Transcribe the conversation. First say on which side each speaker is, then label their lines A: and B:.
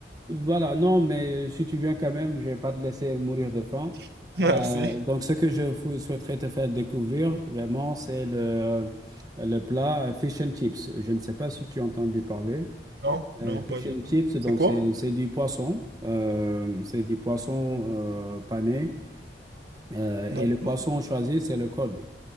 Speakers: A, on the right; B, on the right.
A: Voilà, non, mais si tu viens quand même, je vais pas te laisser mourir de faim.
B: <laughs> Merci.
A: Euh, donc, ce que je vous souhaiterais te faire découvrir, vraiment, c'est le, le plat euh, fish and chips. Je ne sais pas si tu as entendu parler.
B: Non, non,
A: Euh, fish
B: pas du
A: and
B: tout.
A: chips, donc,
B: C'est quoi?
A: c'est c'est du poisson. euh, c'est du poisson euh, pané. Euh,
B: D'accord.
A: et le poisson choisi, c'est le cod.